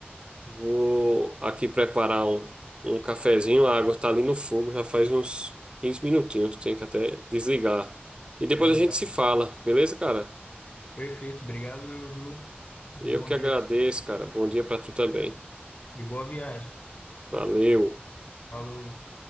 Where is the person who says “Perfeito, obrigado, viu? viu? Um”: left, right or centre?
Left